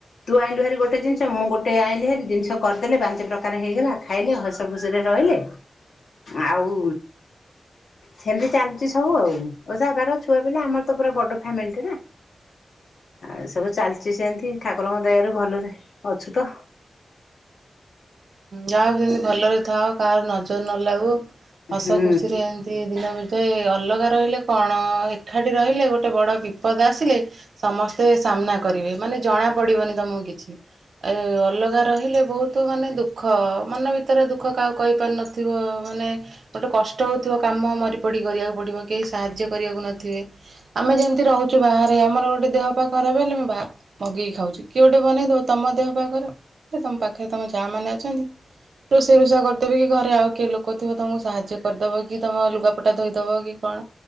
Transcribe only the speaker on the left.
ତୁ ଆଇଁଲୁଭାରି ଗୋଟେ ଜିନିଷ, ମୁଁ ଗୋଟେ ଆଇଁଲିଭାରି ଜିନିଷ କରିଦେଲେ ପାଞ୍ଚ ପ୍ରକ୍ ଆର ହେଇଗଲା, ଖାଇଲେ ହସ ଖୁସିରେ ରହିଲେ। ଆଉ ସେମିତି ଚାଲୁଛି ସବୁ ଆଉ। ଓଷା, ବାର ଛୁଆ ପିଲା ଆମର ତ ପୁରା ବଡ ଫ୍ୟାମିଲି ଟେ ନା। ଆଉ ଏ ସବୁ ଚାଲିଛି ସେମତି ଠାକୁରଙ୍କ ଦୟାରୁ ଭଲରେ ଅଛୁ ତ।
ହୁଁ